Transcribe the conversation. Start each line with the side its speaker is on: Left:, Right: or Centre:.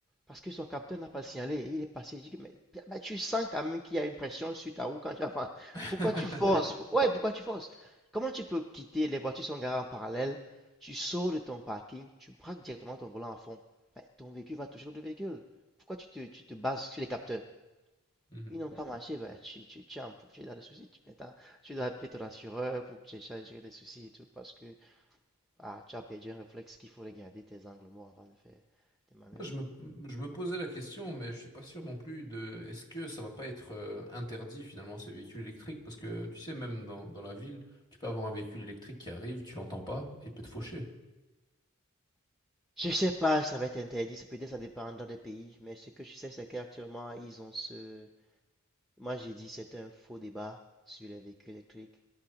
Centre: parce que son capteur n'a pas signalé. Il est passé. Je dis, mais bah, bah, tu sens quand même qu'il y a une pression sur ta roue quand tu avances.
Left: <laughs>
Centre: Pourquoi tu forces? <laughs> Ouais, pourquoi tu forces? Comment tu peux quitter? Les voitures sont garées en parallèle. Tu sors de ton parking, tu braques directement ton volant à fond. Bah, ton véhicule va toucher l'autre véhicule. Pourquoi tu te, tu te bases sur les capteurs?
Left: Mhm.
Centre: Ils n'ont pas marché, bah, tu, tu, tu es en- tu es dans des soucis. Tu, maintenant, tu dois appeler ton assureur pour que tu aies des soucis et tout parce que ah, tu as perdu un réflexe qu'il faut regarder tes angles morts avant de faire des manœuvres.
Left: Je me, je me posais la question, mais je suis pas sûr non plus de est-ce que ça va pas être euh, interdit finalement ces véhicules électriques? Parce que tu sais, même dans, dans la ville, tu peux avoir un véhicule électrique qui arrive, tu l'entends pas et il peut te faucher.
Centre: Hmm. Je sais pas, ça va être interdit, ça peut-être ça dépendra des pays, mais ce que je sais, c'est qu'actuellement, ils ont ce... Moi, j'ai dit c'est un faux débat sur les véhicules électriques